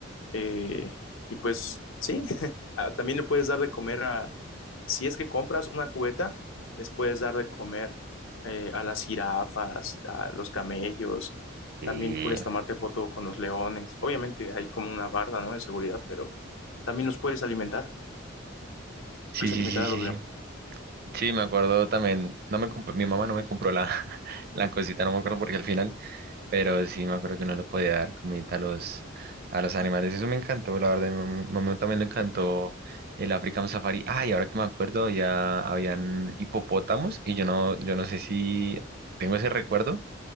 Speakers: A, on the left (about 70°); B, on the right (about 50°).
A: Eh, y pues sí, <laughs> ah, también le puedes dar de comer a, si es que compras una cubeta, les puedes dar de comer eh, a las jirafas, a los camellos.
B: Sí,
A: También puedes tomarte foto con los leones. Obviamente hay como una barda, ¿no? De seguridad, pero también los puedes alimentar.
B: sí,
A: Puedes
B: sí,
A: alimentar
B: sí,
A: a
B: sí.
A: los leones.
B: Sí, Sí, me acuerdo también, no me compró- mi mamá no me compró la, <laughs> la cosita, no me acuerdo porque al final, pero sí me acuerdo que no le podía dar comida a los, a los animales. Eso me encantó, la verdad, mi mam- mamá también le encantó el African Safari. Ah, y ahora que me acuerdo, había, habían hipopótamos y yo no, yo no sé si tengo ese recuerdo,